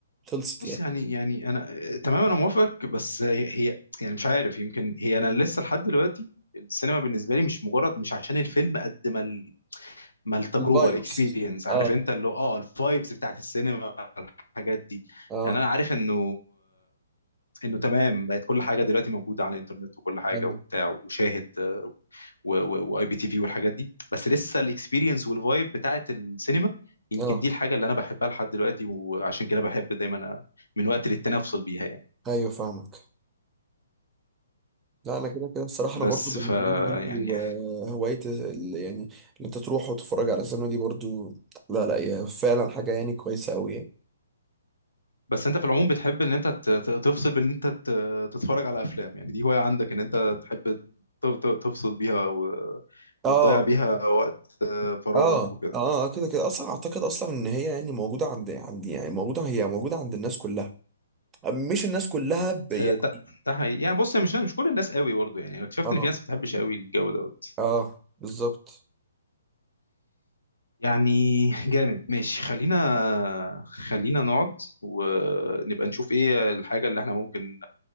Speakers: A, on the right; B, on the left.
A: خلصت
B: بص
A: يعني
B: يعني يعني انا تمام انا موافق بس هي هي- يعني مش عارف يمكن هي انا لسه لحد دلوقتي السينما بالنسبه لي مش مجرد مش عشان الفيلم قد ما ال- ما التجربه
A: الفايبس
B: الاكسبيرينس عارف
A: اه
B: انت اللي هو اه الفايبز بتاعت السينما الحاجات دي
A: اه
B: يعني انا عارف انه انه تمام بقت كل حاجه دلوقتي موجوده على الانترنت وكل حاجه
A: اه
B: وبتاع وشاهد آه، و- و- واي بي تي في والحاجات دي بس لسه الاكسبيرينس والفايب بتاعت السينما يمكن
A: اه
B: دي الحاجه اللي انا بحبها لحد دلوقتي وعشان كده بحب دايما أ- من وقت للتاني افصل بيها يعني
A: ايوه فاهمك لا انا كده كده الصراحه
B: بس
A: انا برضو بالنسبه
B: ف
A: لي برضو
B: يعني
A: آه، هوايه ال- يعني اللي انت تروح وتتفرج على سينما دي برضو لا لا هي فعلا حاجه يعني كويسه قوي يعني
B: بس انت في العموم بتحب ان انت ت- ت- تفصل بان انت ت- تتفرج على افلام يعني دي هوايه عندك ان انت تحب ت- ت- تفصل بيها و...
A: اه
B: وتضيع بيها وقت آه، فراغك
A: اه
B: وكده
A: اه آه، كده كده اصلا اعتقد اصلا ان هي يعني موجوده عند عند يعني موجوده هي موجوده عند الناس كلها مش الناس كلها ب... يعني
B: آه، ده ده حقيقي يعني بص مش مش كل الناس قوي برضه يعني أنا اكتشفت
A: اه
B: ان في ناس ما بتحبش قوي الجو دوت
A: اه بالظبط
B: يعني جامد ماشي خلينا خلينا نقعد ونبقى نشوف ايه الحاجة اللي احنا ممكن